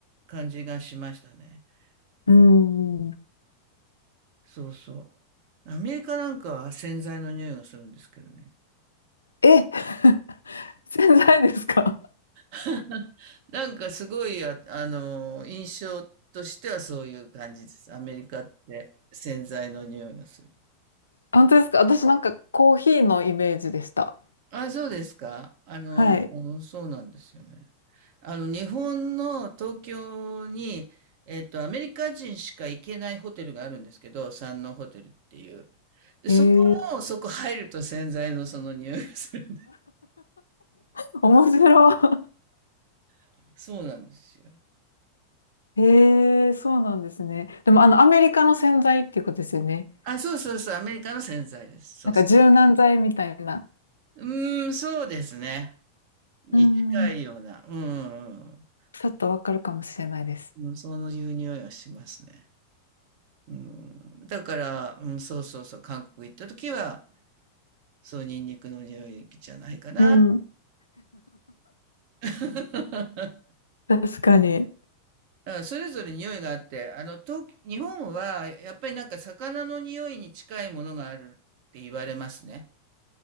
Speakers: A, on the right; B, on the left.
A: 感じがしましたね。
B: うん。
A: うん、そうそう。アメリカなんかは洗剤の匂いがするんですけどね。
B: え、<laughs> 洗剤ですか
A: <laughs> なんかすごい、あ、あの、印象としてはそういう感じです。アメリカって洗剤の匂いがする。
B: 本当ですか私なんかコーヒーのイメージでした。
A: あ、そうですか。あの、
B: はい。
A: そうなんですよね。あの、日本の東京に、えっと、アメリカ人しか行けないホテルがあるんですけど、山王ホテルっていう。で、
B: えー、
A: そこも、そこ入ると洗剤のその匂いがする。
B: <laughs> 面白い。
A: <laughs> そうなんですよ。
B: ええ、そうなんですね。でも、あの、アメリカの洗剤っていうことですよね。
A: あ、そうそうそう、アメリカの洗剤です。そうそ
B: なんか柔軟剤みたいな。
A: う。うーん、そうですね。に近いような。
B: うん。
A: うん、うん
B: ちょっとわかるかもしれないです。
A: うん。そういう匂いがしますね。うん。だから、うん、そうそうそう、韓国行った時は、そう、ニンニクの匂いじゃないかな。
B: うん。
A: <laughs>
B: 確かに。
A: だからそれぞれ匂いがあって、あの、東、日本は、やっぱりなんか魚の匂いに近いものがあるって言われますね。